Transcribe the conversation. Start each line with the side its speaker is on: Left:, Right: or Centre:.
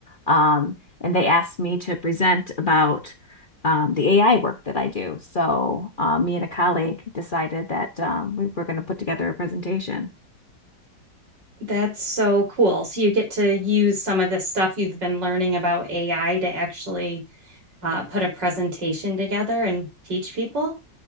Left: um, and they asked me to present about um, the AI work that I do. So uh, me and a colleague decided that um, we were going to put together a presentation.
Right: That's so cool. So you get to use some of this stuff you've been learning about AI to actually uh, put a presentation together and teach people?